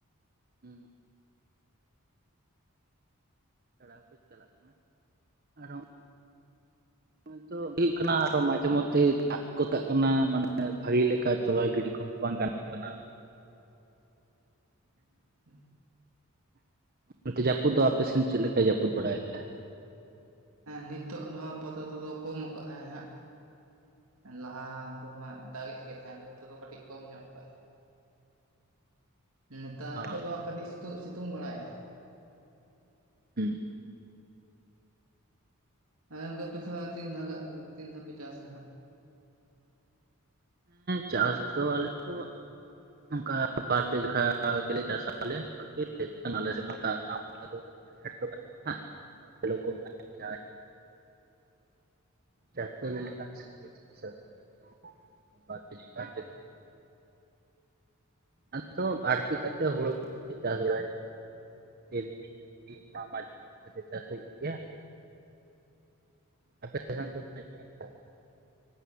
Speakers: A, on the right (about 45°); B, on the right (about 70°).
A: ᱦᱩᱻ <unintelligible> ᱠᱚ ᱪᱟᱞᱟ ᱠᱟᱱᱟ ᱟᱨᱦᱚᱸ ᱱᱚᱜ-ᱚᱭ ᱛᱚ <unintelligible> ᱦᱩᱭᱩᱜ ᱠᱟᱱᱟ ᱟᱨᱚ ᱢᱟᱡᱷᱮ ᱢᱚᱫᱷᱮᱭ ᱫᱟᱜ ᱜᱚᱫᱟᱜ ᱠᱟᱱᱟ ᱢᱟᱱᱮ ᱵᱷᱟᱹᱜᱤ ᱞᱮᱠᱟ ᱛᱚᱞᱟ ᱜᱤᱰᱤ ᱠᱚᱦᱚ ᱵᱟᱝ ᱜᱟᱱᱚᱜ ᱠᱟᱱᱟ
B: <unintelligible>
A: ᱚᱱᱛᱮ ᱡᱟᱹᱯᱩᱫ ᱫᱚ ᱟᱯᱮ ᱥᱮᱫ ᱪᱮᱫ ᱞᱮᱠᱟᱭ ᱡᱟᱹᱯᱩᱫ ᱵᱟᱲᱟᱭᱮᱫᱟ
B: ᱱᱤᱛᱚᱜ ᱫᱚ ᱦᱟᱸᱜ ᱟᱯᱟᱛᱚᱛᱚ ᱫᱚ ᱠᱚᱢ ᱠᱟᱜ-ᱟᱭ ᱦᱟᱸᱜ ᱞᱟᱦᱟ ᱫᱚ ᱦᱟᱸᱜ ᱫᱟᱜᱮᱫ ᱜᱮ ᱛᱟᱦᱮ ᱛᱮ ᱱᱤᱛᱚᱜ ᱫᱚ ᱠᱟᱹᱴᱤᱡ ᱠᱚᱢ ᱧᱚᱜ ᱠᱟᱜ-ᱟᱭ ᱱᱤᱛᱚᱜ
A: ᱚ
B: ᱫᱚ ᱦᱟᱸᱜ ᱠᱟᱴᱤᱡ ᱥᱤ ᱥᱤᱛᱩᱝ ᱵᱟᱲᱟᱭᱮᱜ-ᱟᱭ
A: ᱦᱩᱻ
B: ᱟᱫᱚ ᱜᱚᱝᱠᱮ ᱟᱯᱮ ᱥᱮᱱ ᱫᱚ ᱟᱫᱚ ᱛᱤᱱ ᱫᱷᱟᱣ <unintelligible> ᱛᱤᱱ ᱫᱷᱟᱣ ᱯᱮ ᱪᱟᱥᱟ ᱦᱟᱸᱜ
A: ᱪᱟᱥ ᱫᱚ ᱟᱞᱮ ᱫᱚ ᱱᱚᱝᱠᱟ ᱵᱟᱨᱯᱮ ᱡᱮᱠᱟ ᱜᱮᱞᱮ ᱪᱟᱥᱟ ᱟᱞᱮ ᱵᱳᱞᱛᱮ ᱟᱞᱮᱥᱮᱱ ᱦᱚ ᱫᱟᱜ ᱨᱮᱱᱟᱜ <unintelligible> ᱟᱸᱡᱷᱟᱴ ᱠᱚ ᱵᱟᱱᱩᱜ ᱟᱱᱟ ᱥᱮᱞᱳ ᱠᱚ ᱢᱮᱱᱟᱜ ᱜᱮᱭᱟ ᱪᱟᱥ ᱫᱚ ᱞᱟᱹᱭ ᱞᱮᱠᱷᱟᱱ <unintelligible> ᱟᱫᱚ ᱵᱟᱹᱲᱛᱤ ᱠᱟᱭᱛᱮ ᱦᱳᱲᱳ ᱠᱚᱜᱮ ᱪᱟᱥ ᱵᱟᱲᱟᱭ ᱦᱩᱭᱩᱜ ᱛᱤᱞᱢᱤᱧ ᱛᱩᱲᱤ ᱚᱱᱟ ᱢᱟᱡᱷᱮ ᱢᱚᱫᱷᱮ ᱨᱮ ᱪᱟᱥ ᱦᱩᱭᱩᱜ ᱜᱮᱭᱟ ᱟᱯᱮ ᱥᱟᱱ ᱫᱚ ᱛᱤᱱᱟᱹᱜ ᱡᱮᱠᱷᱟ ᱯᱮ ᱪᱟᱥᱟ ᱟᱪᱪᱷᱟ